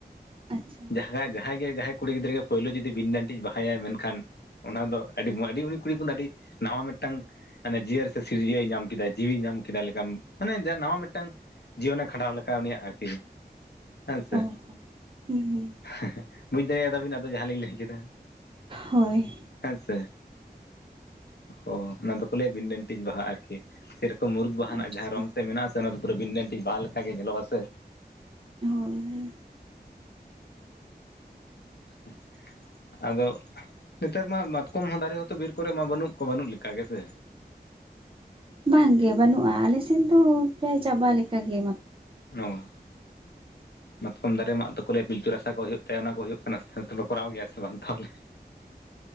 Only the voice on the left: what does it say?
ᱡᱟᱦᱟᱸ ᱡᱟᱦᱟᱸᱭ ᱜᱮ ᱡᱟᱦᱟᱸᱭ ᱠᱩᱲᱤ ᱜᱤᱫᱽᱨᱟᱹ ᱜᱮ ᱯᱳᱭᱞᱳ ᱡᱩᱫᱤ ᱵᱤᱱ ᱰᱟᱹᱱᱴᱤᱡ ᱵᱟᱦᱟᱭᱟᱭ ᱢᱮᱱᱠᱷᱟᱱ ᱚᱱᱟ ᱫᱚ ᱟᱹᱰᱤ ᱟᱹᱰᱤ ᱩᱱᱤ ᱠᱩᱲᱤᱯᱚᱱ ᱫᱚ ᱟᱹᱰᱤ ᱱᱟᱣᱟ ᱢᱤᱫᱴᱟᱝ ᱢᱟᱱᱮ ᱡᱤᱭᱟᱹᱨ ᱥᱮ ᱥᱤᱨᱡᱟᱹᱭ ᱧᱟᱢ ᱠᱮᱫᱟ ᱡᱤᱣᱤ ᱧᱟᱢ ᱠᱮᱫᱟᱭ ᱞᱮᱠᱟᱢ ᱢᱟᱱᱮ ᱡᱟ ᱱᱟᱣᱟ ᱢᱤᱫᱴᱟᱝ ᱡᱤᱭᱚᱱᱮ ᱠᱷᱟᱸᱰᱟᱣ ᱞᱮᱠᱟ ᱩᱱᱤᱭᱟᱜ ᱟᱨᱠᱤ ᱦᱮᱸᱥᱮ
ᱦᱮᱸᱦᱮᱸ ᱵᱩᱡᱽ ᱫᱟᱲᱮᱭᱟᱫᱟᱵᱤᱱ ᱟᱫᱚ ᱡᱟᱦᱟᱸ ᱞᱤᱧ ᱞᱟᱹᱭ ᱠᱮᱫᱟ
ᱦᱮᱸᱥᱮ ᱦᱚ ᱚᱱᱟ ᱫᱚᱠᱚ ᱞᱟᱹᱭᱟ ᱵᱤᱱ ᱰᱟᱹᱱᱴᱤᱡ ᱵᱟᱦᱟ ᱟᱨᱠᱤ ᱥᱮᱨᱚᱠᱚᱢ ᱢᱩᱨᱩᱫ ᱵᱟᱦᱟᱱᱟᱜ
ᱡᱟᱦᱟᱸ ᱨᱚᱝ ᱛᱮ ᱢᱮᱱᱟᱜᱼᱟ ᱥᱮ ᱚᱱᱟᱫᱚ ᱯᱩᱨᱟᱹ ᱵᱤᱱ ᱰᱟᱹᱱᱴᱤᱡ ᱵᱟᱦᱟ ᱞᱮᱠᱟ ᱜᱮ ᱧᱮᱞᱚᱜᱼᱟ ᱥᱮ
<inaudible> ᱟᱫᱚ ᱱᱮᱛᱟᱨ ᱢᱟ ᱢᱟᱛᱠᱚᱢ ᱦᱚᱸ ᱫᱟᱨᱮ ᱦᱚᱸᱛᱚ ᱵᱤᱨ ᱠᱚᱨᱮ ᱢᱟ ᱵᱟᱹᱱᱩᱜ ᱠᱚ ᱵᱟᱹᱱᱩᱜ ᱞᱮᱠᱟ ᱜᱮᱥᱮ
ᱱᱚᱣᱟ ᱢᱟᱛᱠᱚᱢ ᱫᱟᱨᱮ ᱢᱟᱜ ᱫᱚᱠᱚ ᱞᱮᱭᱟ ᱯᱤᱞᱛᱩ ᱨᱟᱥᱟ ᱠᱚ ᱦᱩᱭᱩᱜ ᱛᱮ, ᱚᱱᱟ ᱠᱚ ᱦᱩᱭᱩᱜ ᱠᱟᱱᱟ ᱥᱮ ᱠᱚᱨᱟᱣ ᱜᱮᱭᱟ ᱥᱮ ᱵᱟᱝ ᱛᱟᱦᱚᱞᱮ